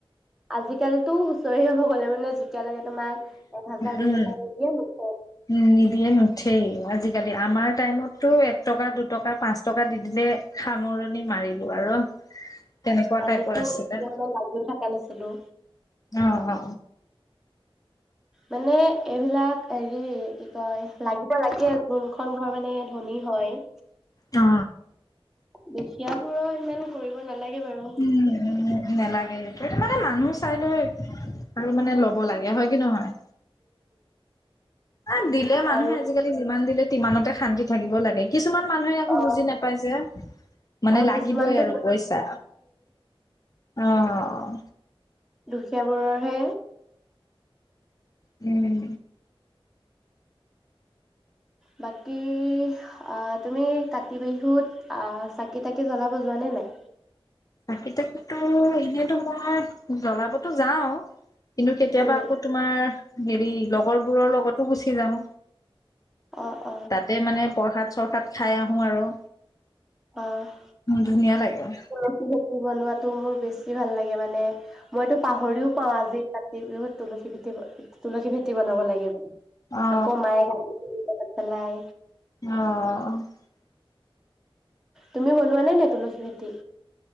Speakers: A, in the centre; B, on the left.
A: আজিকালিতো হুঁচৰি হব গলে মানে। যেতিয়ালৈকে তোমাক এক হাজাৰ দুই
B: উম
A: হেজাৰ নিদিয়ে নুঠে
B: উ নিদিয়ে নুঠেই আজিকালি আমাৰ টাইমতো। টকা দুটকা পাঁচ টকা দি দিলে সামৰণি মাৰিলো আৰু। তেনেকুৱা
A: আমিতোতি
B: টাইপৰ আছিলে
A: লাগিও থকা নাছিলো?
B: অ অ
A: মানে এইবিলাক? হেৰি কি কয় লাগিব লাগে। কোনখন ঘৰ মানে ধনী হয়।
B: অ
A: দুখিয়াবোৰৰ ইমান কৰিব? নালাগে বাৰু
B: উম নেলাগে। সেইটো মানে মানুহ চাই লৈ আৰু মানে ল'ব লাগে হয় কি নহয়। অ', দিলে মানুহে
A: আৰু
B: আজিকালি যিমান দিলে ইমানতে শান্তি থাকিব লাগে কি। কিছুমান মানুহে একো
A: অ
B: বুজি নাপায় যে। মানে
A: আৰু
B: লাগিবই
A: কিছুমানতো?
B: আৰু পইচা অ',
A: দুখীয়াবোৰৰহে?
B: উম',
A: বাকী আঁহ ', তুমি কাতি বিহুত আঁহ ', চাকি তাকি জ্বলাব যোৱাানে নাই?
B: চাকি তাকিটো এনেতো মই জ্বলাবতো যাও। কিন্তু কেতিয়াবা
A: উম
B: আকৌ তোমাৰ। হেৰি লগৰবোৰৰ লগতো গুচি যাওঁ।
A: অ অ
B: তাতে মানে প্ৰসাদ চৰসাত। খাই আহোঁ আৰু।
A: অ',
B: ধুনীয়া লাগে অ
A: উম -উম বনোৱাতো মোৰ বেছি ভাল লাগে মানে। মইতো পাহৰিও পাওঁ আজি ত। এই বিহুত তুলখিকতে। তুলসী ভেটি বনাব লাগে
B: অ অ
A: আকৌ মায়ে গালি। পেলাই
B: আহ',
A: তুমি বনোৱা নাই - নাই তুলসী ভেতি